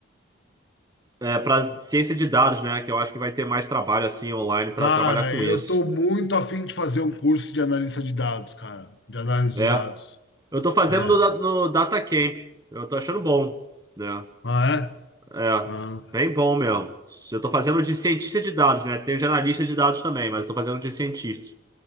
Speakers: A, on the right; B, on the left.
A: é, para ciência de dados, né? Que eu acho que vai ter mais trabalho assim online para
B: Cara,
A: trabalhar com
B: eu
A: isso.
B: tô muito afim de fazer um curso de analista de dados, cara, de análise
A: É.
B: de dados.
A: Eu tô fazendo
B: É.
A: no, da- no Data Camp. Eu tô achando bom, né?
B: Ah, é?
A: É,
B: Ah.
A: bem bom mesmo. Eu tô fazendo de cientista de dados, né? Tem o de analista de dados também, mas eu tô fazendo de cientista.